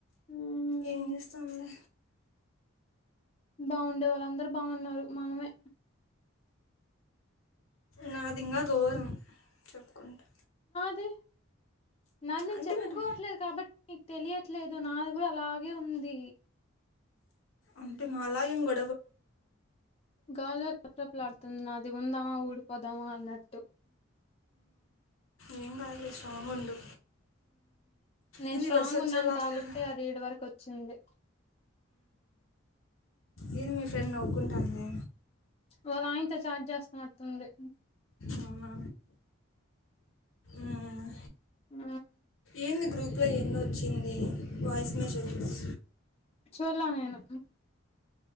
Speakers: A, on the left; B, on the left.
A: ఉమ్,
B: ఏం చేస్తాంలే
A: బాగుండే వాళ్ళందరు బాగున్నారు మనమే
B: నాది ఇంకా గోరం చెప్పుకుంటె
A: నాది నేను
B: అంటే
A: చెప్పుకోవట్లేదు
B: మీరు
A: కాబట్టి నీకు తెలియ ట్లేదు నాది కూడా అలాగే ఉంది
B: అంటే మాలా ఏం కో
A: గజర్ రెపరెపలడుతుంది నాది ఉందామా ఊడ్ పోదామా అన్నట్టు
B: ఏం కాదు లే స్ట్రాంగ్ ఉండు
A: నేను
B: ఏంది
A: స్ట్రాంగ్
B: బస్సు వచ్చేలాగా
A: ఉన్నాను కాబట్టే
B: లేదు
A: అది ఇడి వరకు వచ్చింది
B: ఏంది మీ ఫ్రెండ్ నవ్వుకుంటంది
A: వాళ్ళ ఆయనతో చాట్ చేస్తున్నటుంది
B: అవునా మ్మ్.
A: ఆ
B: ఏంది గ్రూప్లో ఏందో వచ్చింది వాయిస్ మెసేజ్స్
A: చూర్లా నేను